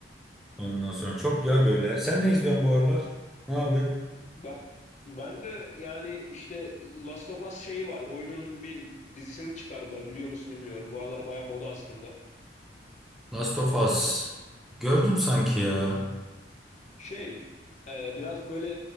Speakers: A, in the centre; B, on the left (about 40°).
A: Ondan sonra çok ya böyle. Sen ne izliyorsun bu aralar? Ne yapıyorsun?
B: Ben ben de yani işte Last of Us şeyi var. Oyununun bir dizisini çıkardılar biliyor musun bilmiyorum. Bu aralar baya moda aslında.
A: Last of Us. Gördüm sanki ya.
B: Şey, e, biraz böyle